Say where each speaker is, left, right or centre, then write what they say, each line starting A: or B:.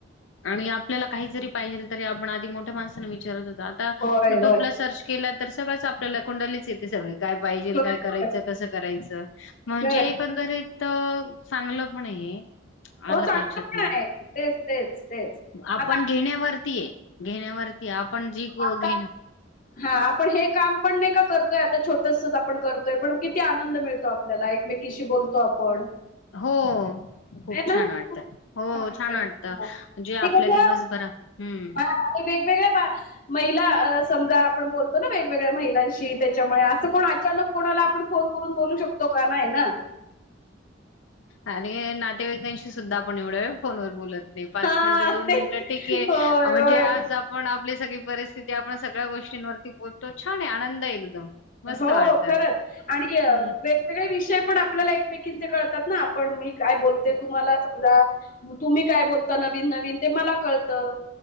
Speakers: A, on the left (about 90°); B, on the left (about 45°).
A: आणि आपल्याला काही जरी पाहिजेल तरी आपण आधी मोठ्या माणसाना विचारत होत. आता
B: होय
A: युट्यूबला
B: होय
A: सर्च केलत तर सगळंच आपल्याला, कुंडलीच येते सगळी. काय पाहिजेल,
B: होय
A: काय करायचं
B: होय.
A: कसं करायचं म्हणजे
B: खरंय
A: एकंदरीत. त चांगलं पण आहे.
B: हो
A: आलं
B: चांगलं
A: का लक्षात
B: पण
A: मग
B: आहे तेच तेच.
A: आपण
B: आता
A: घेण्यावरतीये घेण्यावरती आपण जि क
B: आपण
A: घेण
B: हा आपण हे काम पण नाही का करतोय आता छोटस आपण करतोय, पण किती आनंद मिळतो आपल्याला एकमेकीशी बोलतो आपण.
A: हो. खूप
B: आहे ना
A: छान वाटतं,
B: खूप छान
A: हो
B: वाटतं.
A: छान वाटत
B: ते
A: जे आपल्या
B: कसं
A: दिवसभरा हम्म.
B: हा आणि वेगवेगळ्या बा महिला अ समजा आपण बोलतो ना वेगवेगळ्या महिलांशी. त्याच्यामुळे असं कोण अचानक कोणाला आपण फोन करून बोलू शक तो गाना आहे ना.
A: आणि नातेवाईकांशी सुद्धा आपण एवढं फोन बत नाही पाच
B: हा
A: मिनट दोन
B: तेच
A: मिनिटं ठीके
B: होय
A: म्हणजे
B: होय.
A: आज आपण आप सगळी परिस्थिती आपण सगळ्या गोष्टींवरती बोलतो छान आहे. आनंद आहे. एकदम मस्त
B: हो
A: वाटत
B: खरच आणि
A: हम्म
B: वेगवेगळे विषय पण आपल्याला एक एकमेकांचे कळतात ना आपण मी काय बोलते तुम्हाला समजा मग तुम्ही काय बोलता नवीन नवीन ते मला कळतं.